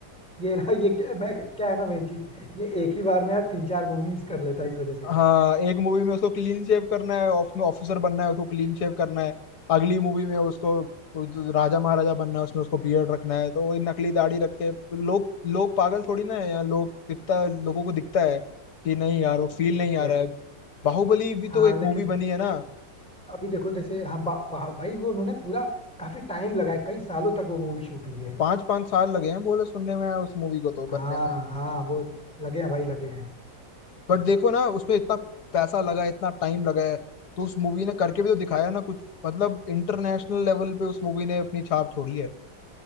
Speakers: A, in the centre; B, on the left.
A: ये ना ये क्या, मैं क्या है ना मेन चीज ये एक ही बार में यार तीन चार मूवीज कर लेता है इस वजह से
B: हाँ एक मूवी में उसको क्लीन शेव करना है उसमें ऑफिसर बनना है उसको क्लीन शेव करना है अगली मूवी में उसको वो जो राजा महाराजा बनना है उसमें उसको बियर्ड रखना है तो वही नकली दाढ़ी रख के लोग लोग पागल थोड़ी ना है यहाँ लोग दिखता है लोगों को दिखता है कि नहीं यार वो फील नहीं
A: Exactly
B: आ रहा है
A: exactly.
B: बाहुबली भी
A: हाँ
B: तो एक
A: लेकिन
B: मूवी बनी है ना
A: अभी देखो जैसे हाँ बा, बा, भाई वो उन्होंने पूरा काफी टाइम लगाया कई सालों तक वो मूवी शूट हुई है
B: पांच पांच साल लगे हैं बोले सुनने में उस मूवी को तो
A: हाँ
B: बनने में
A: हाँ वो लगे हैं भाई लगे हैं
B: बट देखो ना उसमें इतना पैसा लगा है इतना टाइम लगा है तो उस मूवी ने करके भी तो दिखाया ना कुछ मतलब इंटरनेशनल लेवल पे उस मूवी ने अपनी छाप छोड़ी है